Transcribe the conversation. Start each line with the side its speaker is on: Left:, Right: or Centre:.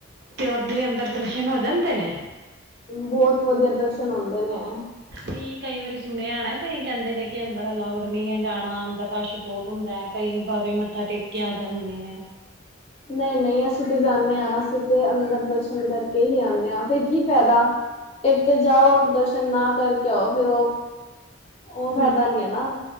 Right: ਤੇ ਉਦੇ ਅੰਦਰ ਦਰਸ਼ਨ ਹੋ ਜਾਂਦੇ ਨੇ।
Left: ਬੌਤ ਵਧੀਆ ਦਰਸ਼ਨ ਹੁੰਦੇ ਨੇ।
Right: ਨੀ ਕਈ ਵਾਰੀ ਸੁਣਿਆ ਹੈਣਾ ਕਈ ਕਹਿੰਦੇ ਨੇ, ਕਿ ਅੰਦਰ ਅਲਾਉਡ ਨੀ ਹੈ ਜਾਣਾ ਅੰਦਰ ਰਸ਼ ਬੌਤ ਹੁੰਦਾ। ਕਈ ਵਾਰੇ ਮੱਥਾ ਟੇਕ ਕੇ ਆ ਜਾਂਦੇ ਨੇ।
Left: ਨਈ-ਨਈ ਅਸੀਂ ਤੇ ਜਾਨੇ ਹਾਂ ਅਸੀਂ ਤੇ ਅੰਦਰ ਦਰਸ਼ਨ ਕਰਕੇ ਹੀ ਆਨੇ ਹਾਂ ਫੇਰ ਕੀ ਫੈਦਾ। ਇੱਕ ਤੇ ਜਾਓ ਤੇ ਦਰਸ਼ਨ ਨਾ ਕਰਕੇ ਆਓ ਫਿਰ ਉਹ ਉਹ
Right: ਫਿਰ
Left: ਫਾਇਦਾ ਨੀ ਹੈ ਨਾ